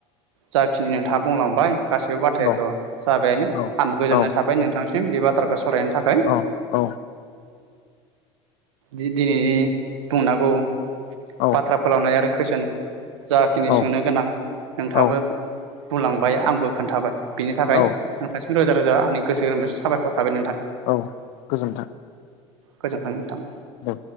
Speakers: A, on the right; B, on the left.
A: जाखिनि नोंथाङा बुंलांबाय गासैबो बाथ्रायाथ'
B: औ
A: जाबायानो
B: औ
A: आंबो गोजोननाय
B: औ
A: थाबाय नोंथांस म बे बाथ्राखौ सावरायनायनि थाखाय।
B: औ औ
A: दिनैनि बुंनांगौ
B: औ
A: बाथ्रा फोलावनाय आरो कुइसन जाखिनि
B: औ
A: सोंनो गोनां नोंथाङाबो
B: औ
A: बुंलांबाय आंबो खोन्थाबाय। बिनि थाखाय
B: औ
A: <unintelligible> रोजा रोजा आंनि गोसो गोरोबोनिफ्राय साबायखर थाबाय
B: औ गोजोन्थों।
A: गोजोनथों नोंथां।
B: औ।